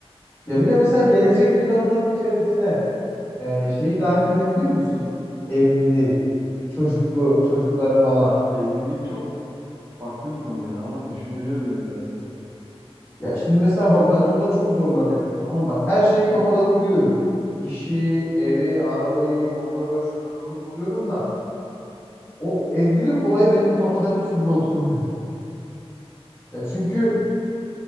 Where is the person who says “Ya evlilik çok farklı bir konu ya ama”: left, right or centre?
Right